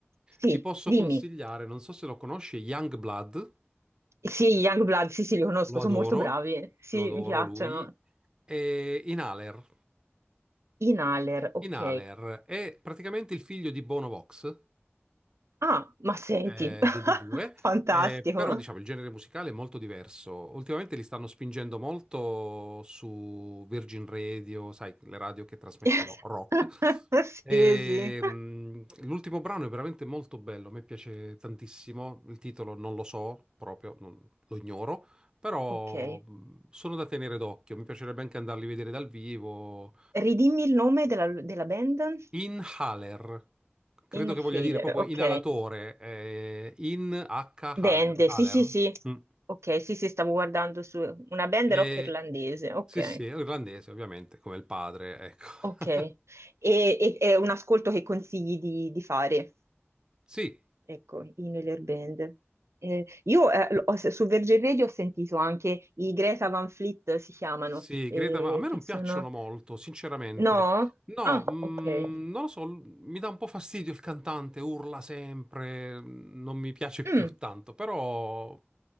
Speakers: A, on the right; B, on the right.
A: Sì,
B: ti posso
A: dimmi.
B: consigliare, non so se lo conosci, Youngblood,
A: Sì, Youngblood, sì, sì, li conosco,
B: lo
A: sono
B: adoro,
A: molto bravi, sì,
B: lo adoro
A: mi piacciono.
B: lui, e Inhaler.
A: Inhaler, ok.
B: Inhaler è praticamente il figlio di Bono Vox.
A: Ah, ma senti,
B: eh,
A: <laughs>
B: degli U2,
A: fantastico.
B: eh, però diciamo il genere musicale è molto diverso. Ultimamente li stanno spingendo molto su Virgin Radio, sai, le radio che trasmettono
A: <laughs>
B: rock.
A: Sì,
B: E,
A: sì.
B: mh, l'ultimo brano è veramente molto bello, a me piace tantissimo. Il titolo non lo so proprio, non- lo ignoro, però
A: Ok.
B: mh, sono da tenere d'occhio. Mi piacerebbe anche andarli a vedere dal vivo.
A: Ridimmi il nome della, della band?
B: Inhaler, credo
A: Inhaler,
B: che voglia dire proprio
A: ok.
B: inalatore, eh, in H
A: Band,
B: Haler. Haler.
A: sì, sì, sì.
B: Mm.
A: Ok, sì, sì, stavo guardando su una band
B: E-
A: rock irlandese, ok.
B: sì, sì, è irlandese ovviamente, come il padre, ecco.
A: Ok.
B: <laughs>
A: E, e- è un ascolto che consigli di, di fare,
B: Sì,
A: ecco, Inhaler Band. Eh, io eh, l- ho- su Virgin Radio ho sentito anche i Greta Van Fleet, si chiamano,
B: Sì,
A: eh,
B: Greta, Van- a me
A: che
B: non
A: sono...
B: piacciono molto, sinceramente.
A: No?
B: No,
A: Ah,
B: mm,
A: ok.
B: non lo so, l- mi dà un po' fastidio il cantante, urla sempre, non mi piace più
A: Mm,
B: tanto, però